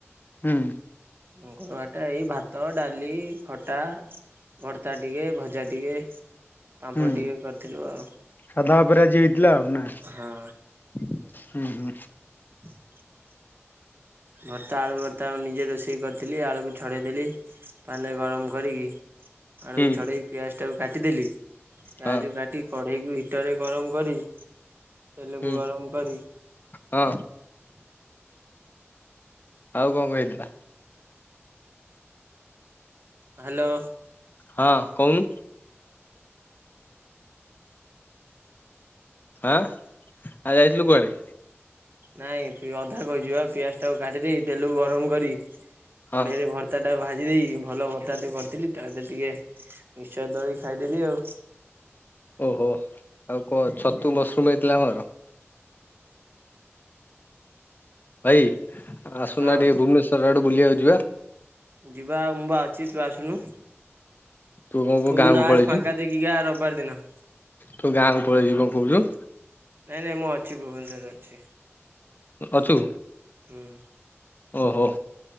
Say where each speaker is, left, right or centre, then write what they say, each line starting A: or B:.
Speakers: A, on the left (about 45°); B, on the right (about 50°).
A: ହୁଁ।
B: ମଙ୍ଗଳବାର ଟା ଏଇ ଭାତ ଭାତ, ଡାଲି, ଖଟ୍ ଖଟା, ଭର୍ତ୍ତା ଟିକେ, ଭଜା ଟିକେ ପାମ୍ପଡ
A: ହୁଁ
B: ଟିକେ କରିଥିଲୁ ଆଉ।
A: ସାଧା ଉପରେ ଆଜି ହେଇଥିଲା ନା
B: ହଁ
A: ହୁଁ ହୁଁ।
B: <inaudible> ଭର୍ତ୍ତା ଆଳୁ ଭର୍ତ୍ତା ମୁଁ ନିଜେ ରୋଷେଇ କରିଥିଲି ଆଳୁକୁ ଛଡେଇଦେଲି ପାଣି ରେ ଗରମ କରିକି ଆଳୁ
A: ହୁଁ
B: କୁ ଛଡେଇ ପିଆଜ ଟାକୁ କାଟିଦେଲି ପିଆଜ
A: ହଁ
B: କୁ କାଟିକି କଢେଇକି ହିଟରରେ ଗରମ କରି ତେଲ
A: ହୁଁ
B: କୁ ଗରମ କରିି
A: ହଁ ଆଉ କଣ କଣ ହେଇଥିଲା?
B: ହ୍ୟାଲୋ
A: ହଁ କହୁନୁ। ଆଁ ଆଜି ଯାଇଥିଲୁ କୁଆଡେ?
B: ନାଇଁ ପି ଅଧା କହିଛି ବା ପିଆଜ ଟାକୁ କାଟିଦେଇ ତେଲକୁ ଗରମ କରି କଢେଇରେ
A: ହଁ
B: ଭର୍ତା ଟା ଭାଜି ଦେଇକି ଭଲ ଭର୍ତା ଟେ କରିଥିଲି। ତା ଧିଅରେ ଟିକେ ମିଶ୍ଚର ଦଳିକି ଖାଇଦେଲି ଆଉ।
A: ଓହୋ ଆଉ କଣ ଛତୁ ମସରୁମ ହେଇଥିଲା ଆମର। ଭାଇ ଆସୁନା
B: ହଁ।
A: ଟିକେ ଭୁବନେଶ୍ୱର ଆଡୁ ବୁଲିଆକୁ ଯିବା।
B: ଯିବା ଆଉ ମୁଁ ବା ଅଛି ତୁ ଆସୁନୁ।
A: ତୁ କଣ କହୁ
B: କୋଉ
A: ଗାଁକୁ
B: ଦିନ ଆସେ
A: ପଳେଇଛୁ
B: ଫାଙ୍କା ଦେଖିକି ଆ ର ପଅରଦିନ
A: ତୁ ଗାଁ କୁ ପଳେଇଚୁ କଣ କହୁଛୁ।
B: ନାଇଁ ନାଇଁ ମୁଁ ଅଛି ଭୁବନେଶ୍ୱରରେ ଅଛି।
A: ଅଛୁ?
B: ହୁଁ।
A: ଓହୋ